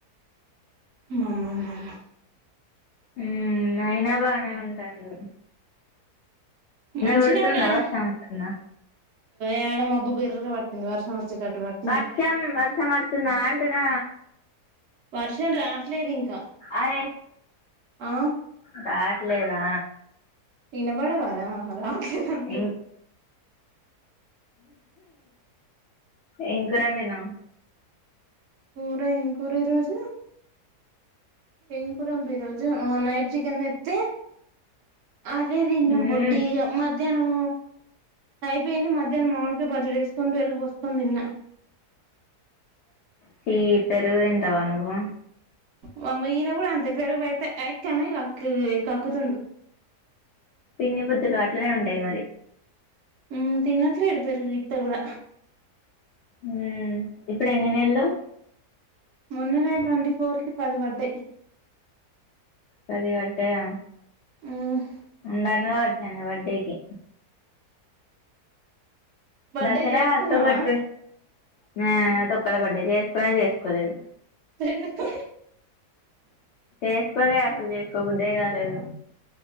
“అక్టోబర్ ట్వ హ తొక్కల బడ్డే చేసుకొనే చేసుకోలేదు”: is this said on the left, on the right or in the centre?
Left